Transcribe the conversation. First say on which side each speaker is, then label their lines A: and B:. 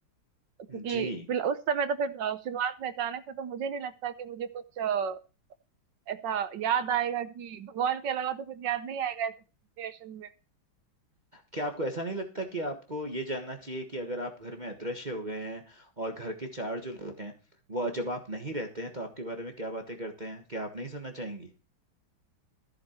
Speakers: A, on the right; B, on the right.
A: क्योंकि
B: जी
A: फिर उस समय तो फिर अ, शुरुआत में अचानक से तो मुझे नहीं लगता कि मुझे कुछ अ, ऐसा याद आएगा कि भगवान के अलावा तो कुछ याद नहीं आएगा ऐसी सिचुएशन में
B: क्या आपको ऐसा नहीं लगता कि आपको ये जानना चाहिए कि अगर आप घर में अदृश्य हो गए हैं और घर के चार जो लोग हैं वो जब आप नहीं रहते हैं तो आपके बारे में क्या बातें करते हैं क्या आप नहीं सुनना चाहेंगी